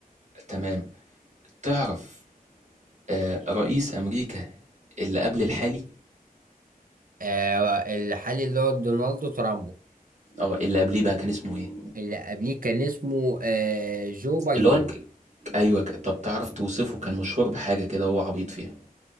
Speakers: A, on the right (about 50°); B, on the right (about 65°).
A: تمام تعرف آه، رئيس امريكا اللي قبل الحالي
B: آه الحالي اللي هو دونالد ترامبو
A: اه اللي قبليه بقى كان اسمه ايه
B: اللي قبليه كان اسمه آه جو بايدن
A: اللي هو ك... ايوه ك... طب تعرف توصفه كان مشهور بحاجه كده هو عبيط فيها